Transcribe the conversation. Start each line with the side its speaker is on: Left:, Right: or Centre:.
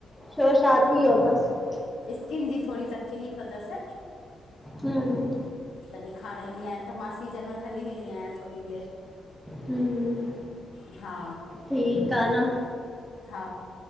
Centre: छो छा थी वियो अथसि
Left: स्किन जी थोरी तकलीफ़ तसि
Centre: हम्म्
Left: त ॾिखारण ईंदी आहियां त मासी जनि वटि हली वेंदी आहियां थोरी देरि
Centre: हम्,
Left: हा
Centre: ठीकु आ न।
Left: हा,